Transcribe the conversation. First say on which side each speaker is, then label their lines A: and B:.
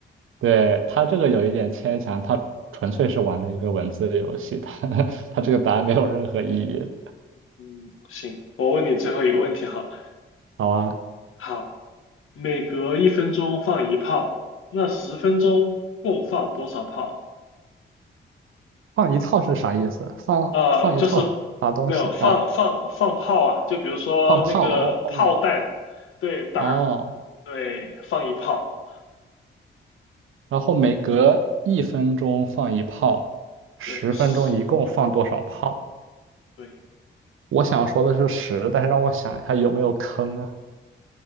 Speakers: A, on the right; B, on the left.
A: 对，他这个有一点牵强，他纯粹是玩了一个文字游戏，他 <laughs> 他这个答案没有任何意义。
B: 嗯，行，我问你最后一个问题好了
A: 好啊，
B: 好，每隔一分钟放一炮，那十分钟共放多少炮？
A: 放一套是啥意思？放放一套啥东西啊？
B: 呃，就是没有放放放炮啊，就比如说那个炮弹，
A: 放炮哦，
B: 对，打，
A: 哦，
B: 对，放一炮，
A: 然后每隔一分钟放一炮，十分钟一共放多少炮？
B: 对，十分钟，对。
A: 我想说的是十，但是让我想一下有没有坑啊？